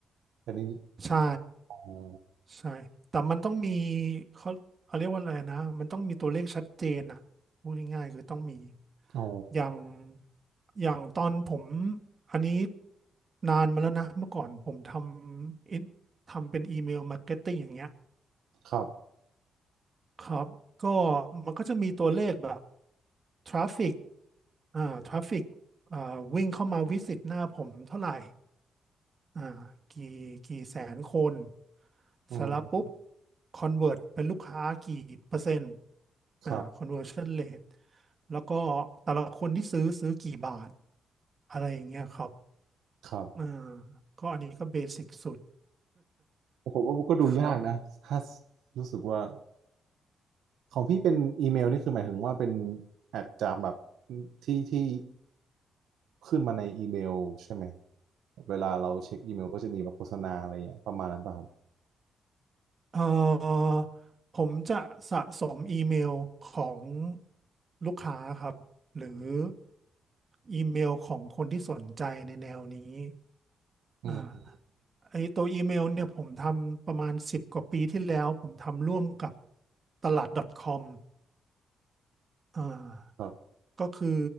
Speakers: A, on the right (about 80°); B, on the right (about 45°).
A: แต่นี้
B: ใช่
A: อ๋อ
B: ใช่แต่มันต้องมีเขาเขาเรียกว่าอะไรนะมันต้องมีตัวเลขชัดเจนอ่ะพูดง่ายๆคือต้องมี
A: อ๋อ
B: อย่างอย่างตอนผมอันนี้นานมาแล้วนะเมื่อก่อนผมทำอินทำเป็นอีเมลมาร์เก็ตติ้งอย่างเงี้ย
A: ครับ
B: ครับก็มันก็จะมีตัวเลขแบบทราฟิกอ่าทราฟิกอ่าวิ่งเข้ามาวิสิตหน้าผมเท่าไหร่ อ่ากี่กี่แสนคน
A: อืม
B: เสร็จแล้วปุ๊บคอนเวิร์ตเป็นลูกค้ากี่เปอร์เซ็นต์อ่า
A: ครับ
B: conversion rate แล้วก็แต่ละคนที่ซื้อซื้อกี่บาทอะไรอย่างเงี้ยครับ
A: ครับ
B: อ่าก็อันนี้ก็เบสิกสุด
A: ผมว่ามันก็ดูยากนะถ้า
B: <laughs> ครับ
A: รู้สึกว่าของพี่เป็นอีเมลนี่คือหมายถึงว่าเป็นแอดจากแบบที่ที่ขึ้นมาในอีเมลใช่ไหม เวลาเราเช็คอีเมลก็จะมีแบบโฆษณาอะไรอย่างเงี้ยประมาณนั้นป่ะครับ
B: เอ่อผมจะสะสมอีเมลของลูกค้าครับหรืออีเมลของคนที่สนใจในแนวนี้
A: อืม
B: อ่าไอตัวอีเมลเนี่ยผมทำประมาณสิบกว่าปีที่แล้วผมทำร่วมกับตลาด .com อ่า
A: ครับ
B: ก็คือ